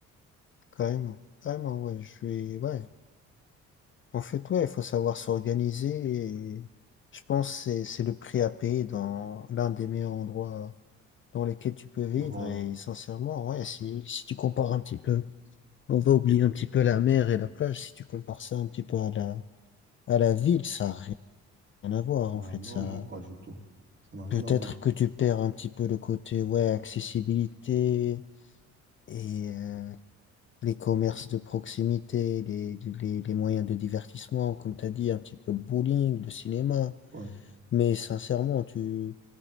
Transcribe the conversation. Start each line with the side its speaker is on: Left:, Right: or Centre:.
Left: carrément. Carrément, ouais, je vais... Ouais. En fait, ouais, il faut savoir s'organiser et je pense que c'est c'est le prix à payer dans l'un des meilleurs endroits dans lesquels tu peux vivre.
Right: Voilà.
Left: Et sincèrement, ouais, si, si tu compares un petit peu On va oublier un petit peu la mer et la plage si tu compares ça un petit peu à la, à la ville, ça n'a rien à voir
Right: Ben
Left: en fait.
Right: non,
Left: Ça,
Right: non, pas du tout. Ça n'a rien
Left: peut-être
Right: à voir.
Left: que tu perds un petit peu le côté ouais, accessibilité et euh, les commerces de proximité, les, les, les moyens de divertissement, comme tu as dit, un petit peu le bowling, le cinéma.
Right: Ouais,
Left: Mais sincèrement, tu,